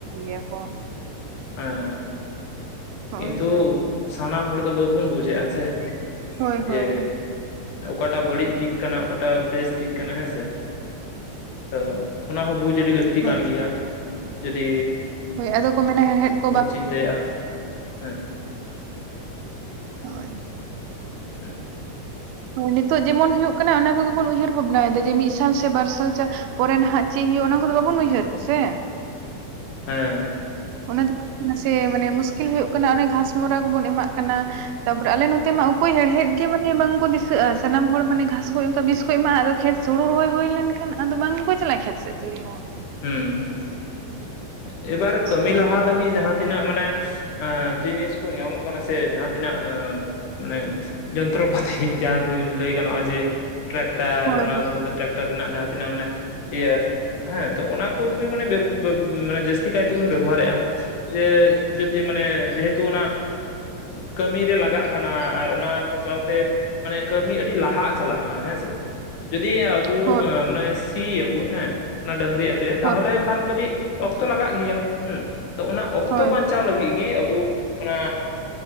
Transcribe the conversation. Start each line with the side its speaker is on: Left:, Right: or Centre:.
Right: ᱜᱮᱭᱟ ᱠᱚ᱾
Left: ᱦᱮᱸ ᱦᱮᱸ
Right: ᱦᱳᱭ
Left: ᱠᱤᱱᱛᱩ
Right: ᱦᱳᱭ
Left: ᱥᱟᱱᱟᱢ ᱦᱚᱲ ᱫᱚ ᱵᱟᱵᱚᱱ ᱵᱩᱡᱷᱮᱫ ᱟ ᱥᱮ
Right: ᱦᱳᱭ
Left: ᱡᱮ
Right: ᱦᱳᱭ
Left: ᱚᱠᱟᱴᱟᱜ ᱵᱟᱹᱲᱤᱡ ᱫᱤᱠ ᱠᱟᱱᱟ ᱚᱠᱟᱴᱟᱜ ᱵᱮᱥ ᱫᱤᱠ ᱠᱟᱱᱟ ᱦᱮᱸᱥᱮ᱾ ᱛᱚ ᱚᱱᱟᱦᱚᱸ ᱵᱩᱡᱽ ᱟᱹᱰᱤ ᱞᱟᱹᱠᱛᱤ
Right: ᱦᱳᱭ
Left: ᱠᱟᱱ ᱜᱮᱭᱟ ᱡᱩᱫᱤ
Right: ᱦᱳᱭ ᱟᱫᱚ ᱠᱚ ᱢᱮᱱᱟ ᱦᱮᱲᱦᱮᱫ ᱠᱚ ᱵᱟᱝ
Left: ᱪᱤᱱᱛᱟᱹᱟᱹᱜᱼᱟ ᱦᱮᱸ᱾
Right: ᱦᱳᱭ
Left: ᱦᱮᱸ
Right: ᱦᱮᱸ ᱱᱤᱛᱳᱜ ᱡᱮᱢᱚᱱᱳᱭᱳᱜ ᱚᱱᱟ ᱠᱚᱜᱮᱵᱚᱱ ᱩᱭᱦᱟᱹᱨ ᱵᱷᱟᱵᱱᱟᱭᱮᱫᱟ ᱡᱮ ᱢᱤᱫ ᱥᱟᱞ ᱥᱮ ᱵᱟᱨ ᱥᱟᱞ ᱪᱟᱥ ᱯᱚᱨᱮ ᱱᱟᱦᱟᱜ ᱪᱮᱫ ᱦ ᱦᱩᱭᱩᱜᱼᱟ ᱚᱱᱟ ᱠᱚᱫᱚ ᱵᱟᱵᱚᱱ ᱩᱭᱦᱟᱹᱨ ᱮᱫᱟ ᱥᱮ᱾
Left: ᱦᱮᱸ
Right: ᱚᱱᱟ ᱫᱚ ᱥᱮ ᱢᱟᱱᱮ ᱢᱩᱥᱠᱤᱞ ᱦᱩᱭᱩᱜ ᱠᱟᱱᱟ ᱚᱱᱮ ᱜᱷᱟᱥᱢᱚᱨᱟ ᱠᱚᱵᱚᱱ ᱮᱢᱟᱜ ᱠᱟᱱᱟ᱾ ᱛᱟᱯᱚ ᱨᱮ ᱟᱞᱮ ᱱᱚ ᱛᱮ ᱢᱟ ᱚᱠᱚᱭ ᱦᱮᱲ ᱦᱮᱫ ᱜᱮ ᱢᱟᱱᱮ ᱵᱟᱝᱠᱚ ᱫᱤᱥᱟᱹᱜᱼᱟ ᱥᱟᱱᱟᱢ ᱦᱚᱲ ᱢᱟ ᱱᱮ ᱜᱷᱟᱥ ᱠᱚ ᱚᱱᱠᱟ ᱵᱤᱥ ᱠᱚ ᱮᱢᱟᱜᱼᱟ, ᱟᱫᱚ ᱠᱷᱮᱛ ᱦᱩᱲᱩ ᱨᱚᱦᱚᱭ ᱦᱩᱭ ᱞᱮᱱ ᱠᱷᱟᱱ ᱟᱫᱚ ᱵᱟᱝ ᱠᱚ ᱪᱟᱞᱟᱜᱼᱟ ᱠᱷᱮᱛ ᱥᱮᱫ ᱪᱤᱞᱤ ᱦᱚᱸ᱾
Left: ᱦᱩᱸ ᱮᱵᱟᱨ ᱠᱟᱹᱢᱤ
Right: ᱦᱳᱭ
Left: ᱞᱟᱦᱟ ᱞᱟᱹᱜᱤᱫ ᱡᱟᱦᱟᱸ ᱛᱤᱱᱟᱹᱜ ᱢᱟᱱᱮ ᱟᱸ ᱡᱤᱱᱤᱥ ᱠᱚ ᱧᱟᱢᱚᱜ ᱠᱟᱱᱟ ᱥᱮ ᱡᱟᱦᱟᱸ ᱛᱤᱱᱟᱹᱜ ᱢᱟᱱᱮ ᱡᱚᱱᱛᱨᱚ ᱯᱟᱛᱤ ᱡᱟᱦᱟᱸ ᱛᱤᱱᱟᱹᱜ ᱞᱟᱹᱭ ᱜᱟᱱᱚᱜᱼᱟ ᱡᱮ ᱴᱨᱟᱠᱴᱟᱨ
Right: ᱦᱳᱭ
Left: ᱚᱱᱟ
Right: ᱦᱳᱭ
Left: ᱥᱟᱶᱛᱮ ᱴᱨᱟᱠᱴᱟᱨ ᱨᱮᱱᱟᱜ ᱡᱟᱦᱟᱸ ᱛᱤᱱᱟᱹᱜ ᱢᱟᱱᱮ, ᱤᱭᱟᱹ ᱦᱮᱸ ᱛᱚ ᱚᱱᱟ ᱠᱚᱜ ᱢᱟᱱᱮ ᱵᱮ-ᱵᱮ ᱢᱟᱱᱮ ᱡᱟᱹᱥ ᱛᱤ ᱠᱟᱭ ᱛᱮ ᱵᱚᱱ ᱵᱮᱵᱚ ᱦᱟᱨ ᱮᱜᱼᱟ ᱡᱮ ᱡᱩᱫᱤ ᱢᱟᱱᱮ ᱡᱮᱦᱮ ᱛᱩ ᱚᱱᱟ ᱠᱟᱹᱢᱤ ᱨᱮ ᱞᱟᱜᱟᱜ ᱠᱟᱱᱟ ᱟᱨ ᱚᱱᱟ ᱥᱟᱶ ᱥᱟᱶᱛᱮ ᱢᱟᱱᱮ ᱠᱟᱹᱢᱤ ᱟᱹᱰᱤ ᱞᱟᱦᱟᱜ ᱪᱟᱞᱟᱜ ᱠᱟᱱᱟ ᱦᱮᱸᱥᱮ᱾ ᱡᱩᱫᱤ ᱟᱵᱚ
Right: ᱦᱳᱭ
Left: ᱢᱟᱱᱮ ᱥᱤ ᱟᱵᱚᱱ ᱦᱮᱸ ᱚᱱᱟ ᱰᱟᱝᱨᱤ ᱟᱛᱮᱫ ᱛᱟᱦᱚᱞᱮ
Right: ᱦᱳᱭ
Left: ᱠᱷᱟᱱ ᱠᱟᱹᱴᱤᱡ ᱚᱠᱛᱚ ᱞᱟᱜᱟᱜ ᱜᱮᱭᱟ ᱦᱮᱸ ᱛᱚ ᱚᱱᱟ ᱚᱠᱛᱚ
Right: ᱦᱳᱭ
Left: ᱵᱟᱧᱪᱟᱣ ᱞᱟᱹᱜᱤᱫ ᱜᱮ ᱟᱵᱚ ᱚᱱᱟ